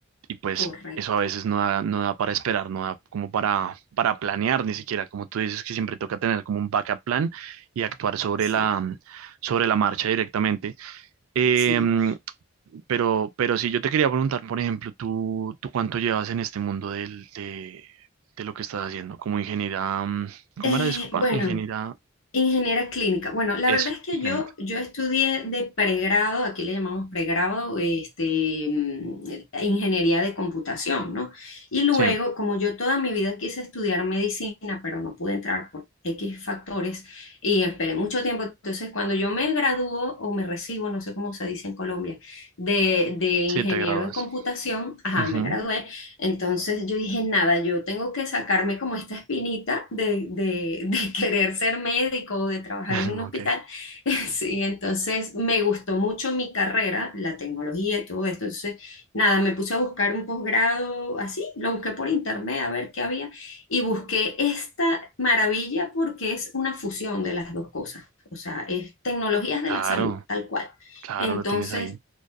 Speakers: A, on the right; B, on the left.
A: Y pues
B: Correcto,
A: eso a veces no da, no da para esperar, no da como para, para planear ni siquiera, como tú dices que siempre toca tener como un backup plan y actuar sobre
B: sí,
A: la, sobre la marcha directamente. Em,
B: sí.
A: pero, pero sí, yo te quería preguntar, por ejemplo, ¿tú, tú cuánto llevas en este mundo del, de, de lo que estás haciendo? Como ingeniera, mm, ¿cómo
B: Eh,
A: era? Disculpa,
B: bueno.
A: ingeniera,
B: Ingeniera clínica. Bueno, la
A: eso,
B: verdad es que
A: clínica.
B: yo, yo estudié de pregrado, aquí le llamamos pregrado, este, mm, eh, ingeniería de computación, ¿no? Y luego,
A: Sí,
B: como yo toda mi vida quise estudiar medicina, pero no pude entrar por X factores y esperé mucho tiempo, entonces cuando yo me gradúo o me recibo, no sé cómo se dice en Colombia, de, de ingeniero
A: sí, te gradúas.
B: en computación, ajá,
A: Ujú.
B: me gradué, entonces yo dije, nada, yo tengo que sacarme como esta espinita de, de- <laughs> de querer ser médico o de trabajar
A: <laughs>
B: en un hospital.
A: Ok,
B: <laughs> Sí, entonces me gustó mucho mi carrera, la tecnología y todo esto. Entonces, nada, me puse a buscar un posgrado así, lo busqué por internet a ver qué había y busqué esta maravilla porque es una fusión de las dos cosas. O sea, es tecnologías de
A: claro,
B: la salud, tal cual.
A: claro,
B: Entonces
A: lo tienes ahí.